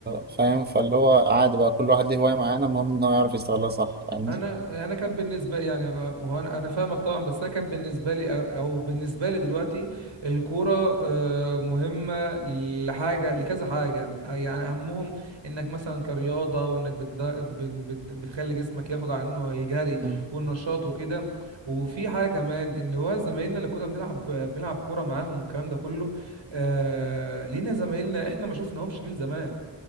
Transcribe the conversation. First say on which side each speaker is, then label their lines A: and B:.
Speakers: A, on the right; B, on the right.
A: فاهم فاللي هو عادي بقى كل واحد ليه هواية معينة المهم إنه يعرف يستغلها صح فاهمني
B: انا انا كان بالنسبه يعني آه، هو انا انا فاهمك طبعا بس انا كان بالنسبه لي او بالنسبه لي دلوقتي الكوره آه، مهمه لحاجه لكذا حاجه يعني اهمهم انك مثلا كرياضه وانك بتج- ب- بت- بتخلي جسمك ياخد عنه الجري
A: مم.
B: والنشاط وكده وفي حاجه كمان ان هو زمايلنا اللي كنا بنلعب بنلعب كوره معاهم والكلام ده كله آه، لينا زمايلنا احنا ما شفناهمش من زمان